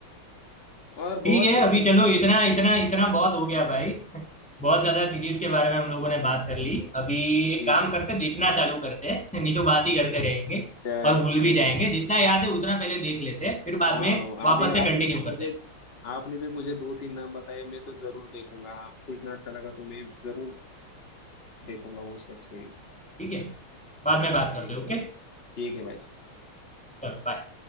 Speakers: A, on the left (about 30°); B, in the centre.
A: और
B: ठीक
A: बहुत
B: है
A: सी
B: अभी
A: सीरीज
B: चलो
A: है
B: इतना इतना इतना बहुत हो गया भाई <laughs> बहुत ज्यादा सीरीज के बारे में हम लोगों ने बात कर ली अभी एक
A: ये
B: काम
A: थे
B: करते देखना चालू करते हैं <laughs> नहीं तो बात ही करते रहेंगे
A: <laughs> अ,
B: और भूल
A: चलो
B: भी जाएंगे
A: चलो
B: जितना याद है उतना पहले देख लेते हैं फिर बाद
A: हाँ
B: में वापस
A: अभी
B: से
A: आपने
B: कंटिन्यू
A: भी मुझे
B: करते हैं
A: आपने भी मुझे दो तीन नाम बताए मैं तो जरूर देखूंगा आपको इतना अच्छा लगा तो मैं जरूर देखूंगा वो सब सीरीज
B: ठीक है बाद में बात
A: ठीक
B: करते हैं
A: है
B: ओके
A: भाई ठीक है भाई
B: चलो बाय